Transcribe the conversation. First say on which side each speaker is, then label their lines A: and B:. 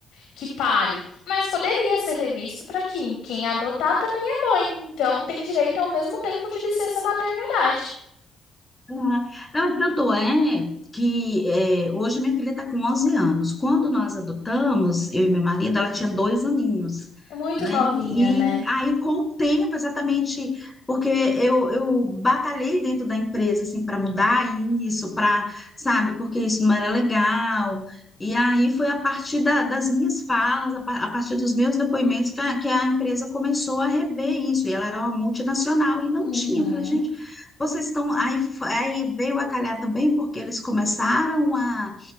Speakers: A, on the left; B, on the left.
A: que pare, mas poderia ser revisto para quem? Quem adotar também é mãe, então tem direito ao mesmo tempo de licença maternidade.
B: Uhum. Não, e tanto é que é, hoje minha filha está com 11 anos. Quando nós adotamos, eu e meu marido, ela tinha dois aninhos,
A: É muito
B: né?
A: novinha,
B: E
A: né?
B: aí, com o tempo, exatamente, porque eu, eu batalhei dentro da empresa, assim, para mudar isso, para, sabe, porque isso não era legal. E aí foi a partir da- das minhas falas, a, pa- a partir dos meus depoimentos, que a, que a empresa começou a rever isso. E ela era uma multinacional e não
A: Uhum.
B: tinha. Eu falei, gente. Vocês estão aí, f- aí veio a calhar também porque eles começaram a,